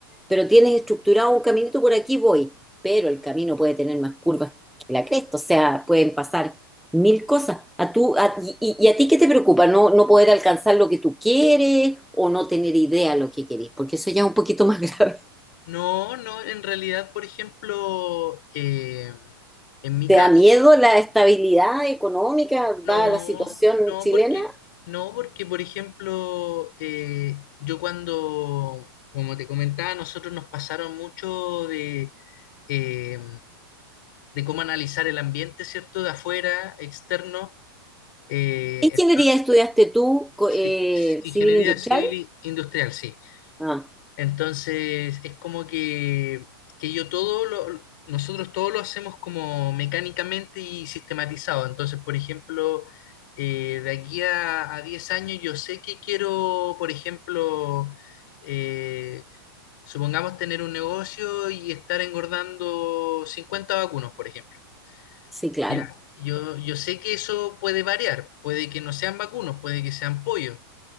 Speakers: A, in the centre; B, on the left (about 55°).
A: Pero tienes estructurado un caminito, por aquí voy. Pero el camino puede tener más curvas que la cresta. O sea, pueden pasar mil cosas. A tú, a- y, y- y a ti qué te preocupa? ¿No, no poder alcanzar lo que tú quieres o no tener idea de lo que querés? Porque eso ya es un poquito más <laughs> grave.
B: No, no, en realidad, por ejemplo, eh, en mi
A: ¿Te
B: caso,
A: da miedo la estabilidad económica,
B: no,
A: dada la situación
B: no,
A: chilena?
B: porque, no, porque, por ejemplo, eh, yo cuando, como te comentaba, nosotros nos pasaron mucho de, eh, de cómo analizar el ambiente, ¿cierto? De afuera, externo, eh,
A: ¿Qué ingeniería
B: entonces,
A: estudiaste tú, co-
B: sí,
A: eh,
B: sí, ingeniería
A: civil industrial?
B: civil e industrial, sí.
A: Ah,
B: Entonces, es como que, que yo todo lo, nosotros todo lo hacemos como mecánicamente y sistematizado. Entonces, por ejemplo, eh, de aquí a, a 10 años yo sé que quiero, por ejemplo, eh, supongamos tener un negocio y estar engordando 50 vacunos, por ejemplo.
A: sí, claro.
B: Ya, yo, yo sé que eso puede variar, puede que no sean vacunos, puede que sean pollos,